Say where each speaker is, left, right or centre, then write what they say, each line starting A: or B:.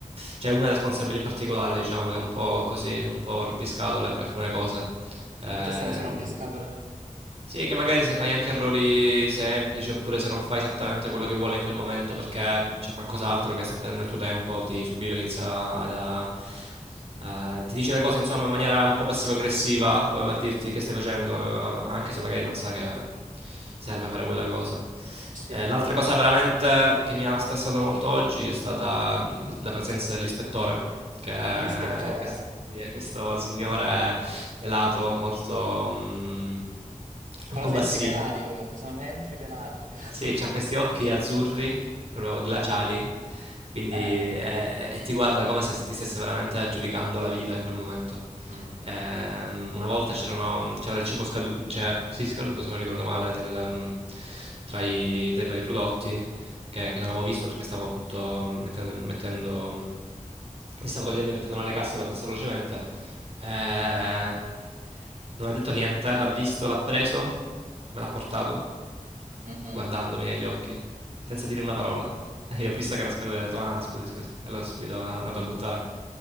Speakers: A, on the right; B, on the right.
A: C'è una responsabile in particolare, diciamo, che è un po' così, un po' rompiscatole per alcune cose. Ehm,
B: In che senso rompiscatole?
A: sì, che magari se fai anche errori semplici, oppure se non fai esattamente quello che vuole in quel momento perché c'è qualcos'altro che sta prendendo il tuo tempo, ti subito inizia ad, a- a- ti dice le cose insomma in maniera un po' passivo-aggressiva, come per dirti che stai facendo,
B: Mm.
A: eh, anche se magari non sa che serve fare quella cosa.
B: Sì.
A: Eh, l'altra cosa veramente che mi ha stressato molto oggi è stata mm, la presenza dell'ispettore, che è,
B: L'ispettore.
A: quest- sì, è questo signore pelato, molto... mm,
B: Sono
A: un po'
B: sempre
A: bassino.
B: i pelati comunque, sono sempre i pelati. <laughs>
A: Sì, ha questi occhi azzurri, proprio glaciali, quindi
B: Eh.
A: eh, e ti guarda come se ti stesse veramente giudicando la vita in quel momento.
B: Mm.
A: Ehm, una volta c'erano, c'era del cibo scaduto, cioè, sì, scaduto se non ricordo male, nel, mm, tra i, tra i vari prodotti che, che non avevo visto perché stavo appunto mettendo, mettendo- mi stavo togliendo e mettendo nelle casse abbastanza velocemente. Eh, non ha detto niente, l'ha visto, l'ha preso, me l'ha portato,
B: Mhm.
A: guardandomi negli occhi, senza dire una parola. <laughs> E io ho visto che era scaduto e ho detto, ah, scusi, scusi. E allora subito è andato a buttare.